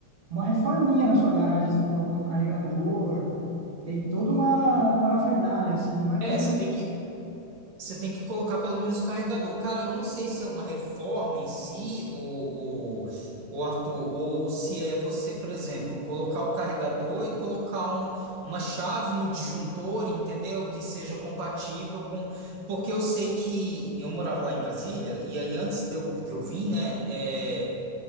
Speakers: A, on the right; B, on the right.
A: uma reforminha na sua garagem, assim, colocar um carregador. Tem toda uma parafernália, assim, não é tão
B: É,
A: tranquilo.
B: você tem que. Você tem que colocar pelo menos o carregador. Cara, eu não sei se é uma reforma em si, ou, ou, Arthur, ou se é você, por exemplo, colocar o carregador e colocar um- uma chave no disjuntor, entendeu? Que seja compatível com. Porque eu sei que eu morava lá em Brasília, e aí antes de eu, de eu vir, né? é,